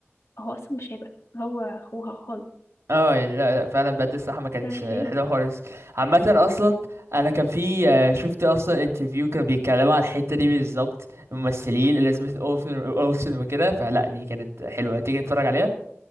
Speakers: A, on the left; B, on the right.
A: هو اصلا مش هيبقى هو اخوها خالص
B: اه يعني لا لا فعلا بجد الصراحه ما كانتش
A: ده ليه
B: آه، حلوه خالص عامه
A: <laughs>
B: اصلا انا كان في آه، شفت اصلا انترفيو كانوا بيتكلموا على الحته دي بالظبط الممثلين اليزابيث اولسن اولسن وكده فلا دي كانت حلوه تيجي نتفرج عليها